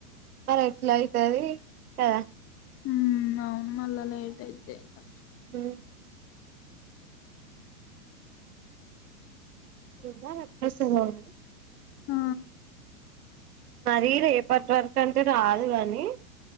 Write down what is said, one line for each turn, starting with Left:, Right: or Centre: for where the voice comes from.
Right: మరి ఎట్లా ఐతది కదా
Left: ఊ అవును మల్ల లేేట్ అయితే కష్టం
Right: ఊమ్ చూదాం ఎపుడు అస్తదో అండి
Left: ఆ
Right: మరి రేపటి వరకు అంటే రాదు కానీ